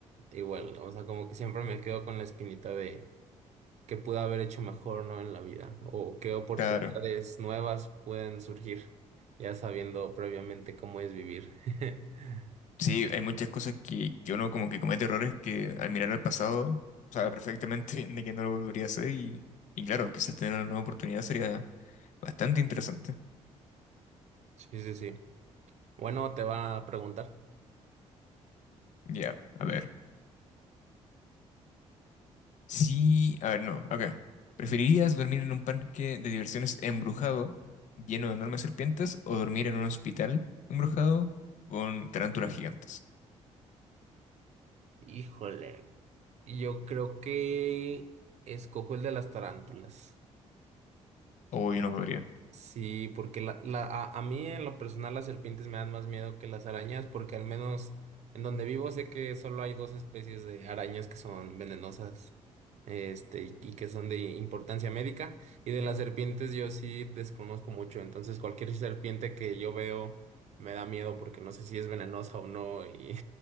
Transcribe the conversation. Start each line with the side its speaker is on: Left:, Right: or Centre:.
Right: Igual, o sea, como que siempre me quedo con la espinita de que pude haber hecho mejor, ¿no? En la vida, o qué oportunidades
Left: Claro.
Right: nuevas pueden surgir, ya sabiendo previamente cómo es vivir. <laughs>
Left: Sí, hay muchas cosas que, que uno como que comete errores que al mirar al pasado sabe perfectamente <laughs> de que no lo volvería a hacer y, y claro, quizás tener una nueva oportunidad sería bastante interesante.
Right: Sí, sí, sí. Bueno, te va a preguntar.
Left: Ya, a ver. Sí, a ver, no, acá. ¿Preferirías dormir en un parque de diversiones embrujado lleno de enormes serpientes o dormir en un hospital embrujado con tarántulas gigantes?
Right: Híjole, yo creo que escojo el de las tarántulas.
Left: o yo no podría.
Right: Sí, porque la, la, a, a mí en lo personal las serpientes me dan más miedo que las arañas, porque al menos en donde vivo sé que solo hay dos especies de arañas que son venenosas, este, y, y que son de importancia médica, y de las serpientes yo sí desconozco mucho, entonces cualquier serpiente que yo veo me da miedo porque no sé si es venenosa o no, y